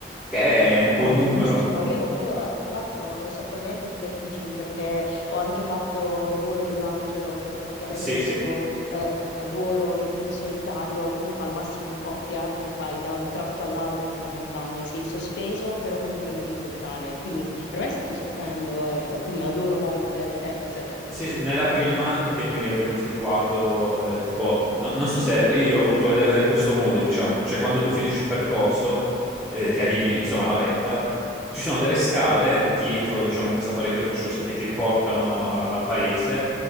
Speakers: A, in the centre; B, on the left (about 80°).
A: che è un
B: No,
A: buon
B: è bellissimo.
A: numero.
B: Io, non- io, tra l'altro non soffro neanche di vertigini perché ho anche fatto il volo dell'angelo, che è praticamente
A: Sì,
B: questo
A: sì.
B: eh, volo in solitario o comunque al massimo in coppia che fai da un tratto all'altro di una montagna e sei sospeso però comunque in orizzontale. Quindi per me è stato stupendo, eh, quindi adoro molto le altezze.
A: Sì, sì, nella prima che noi abbiamo effettuato, eh, tipo, no- non so se io ho voluto vederla in questo modo, diciamo, cioè quando tu finisci il percorso, eh, che arrivi insomma alla vetta, ci sono delle scale dietro, diciamo, questa parete rocciosa che ti riportano a- al paese,